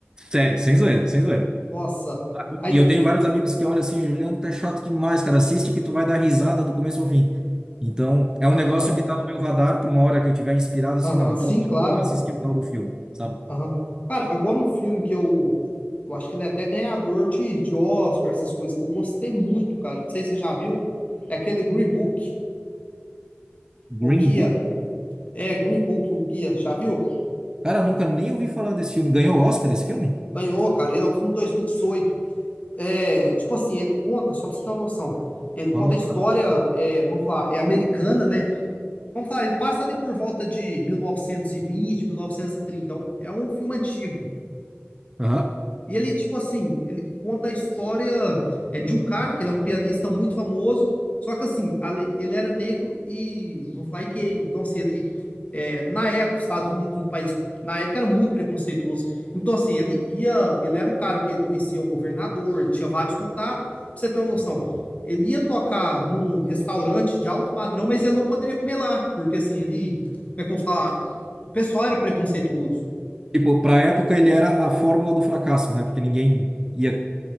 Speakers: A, on the right; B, on the left.
A: sério, sem zoeira, sem zoeira.
B: Nossa. Aí,
A: E eu tenho vários amigos que olham assim, Juliano, tá chato demais, cara. Assiste que tu vai dar risada do começo ao fim. Então, é
B: aham,
A: um negócio que tá no meu radar por uma hora que eu tiver inspirado,
B: aham,
A: assim, não. Então,
B: sim, claro.
A: vamos assistir o tal do filme, sabe?
B: Aham. Cara, agora um filme que eu, eu acho que ele é até ganhador de, de Oscar, essas coisas, que eu gostei muito, cara. Não sei se você já viu. É aquele Green Book,
A: Green
B: o Guia.
A: Book?
B: É, Green Book, o Guia, já viu?
A: Cara, nunca nem ouvi falar desse filme. Ganhou Oscar esse filme?
B: Ganhou, cara. Ele é um filme de 2018. É, tipo assim, ele conta, só pra você ter uma noção. Ele conta
A: Vou anotar.
B: a história, é, vamos falar, é americana, né? Vamos falar, ele passa ali por volta de 1920, 1930. Então, é um filme antigo.
A: Aham.
B: E ele, tipo assim, ele conta a história é de um cara, que ele é um pianista muito famoso, só que assim, ale- ele era negro e, vamos falar, e gay. Então, assim, ele, é, na época, os Estados Unidos, um país, na época era muito preconceituoso. Então, assim, ele ia, ele era um cara que ele conhecia o governador, ele tinha vários contatos. Pra você ter uma noção, ele ia tocar num restaurante de alto padrão, mas ele não poderia comer lá, porque assim, ele, como é que eu vou falar? O pessoal era preconceituoso.
A: Tipo, pra época ele era a fórmula do fracasso, né? Porque ninguém ia